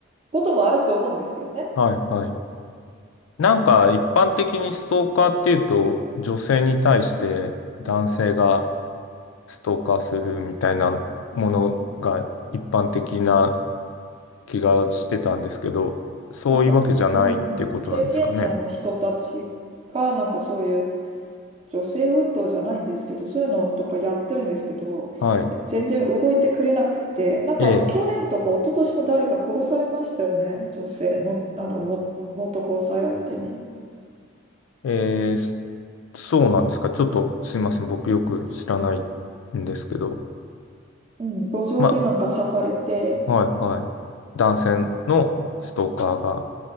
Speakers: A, on the right; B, on the left.
A: こともあると思うんですけどね。
B: はい、はい。なんか、一般的にストーカーっていうと、女性に対して男性が
A: うん、
B: ストーカーするみたいなものが一般的な気がしてたんですけど、そういうわけじゃないっていうことなんですかね。
A: なんか、うん、経験者の人たちが、なんかそういう、女性運動じゃないんですけど、そういうのとかやってるんですけど、
B: はい。
A: 全然動いてくれなくて、なんかあと去年とか一昨年も誰か殺されましたよね、
B: え
A: 女性も、あの、も、元交際相手に。
B: え、ええ、そそうなんですか。ちょっとすいません。僕よく知らないんですけど。
A: うん、路上でなんか刺されて、
B: ま、あはいはい。男性のストーカーが